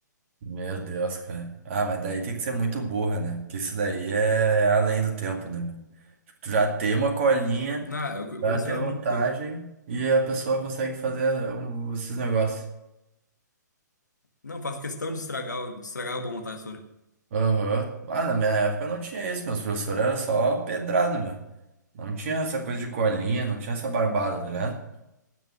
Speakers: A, on the right (about 40°); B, on the left (about 70°).
A: Meu Deus, cara. Ah, mas daí tem que ser muito burra, né? Porque isso daí é além do tempo, né, meu? Tipo, tu já tem uma colinha
B: Não, eu, eu
A: pra
B: conheço
A: ter
B: ela
A: vantagem
B: há muito tempo.
A: e a pessoa consegue fazer um- esses negócios.
B: Não, faço questão de estragar, o- de estragar a boa vontade,
A: Aham. Ah, na minha época não tinha isso. Meus professores eram só pedrada, meu. Não tinha essa coisa de colinha, não tinha essa barbada, tá ligado?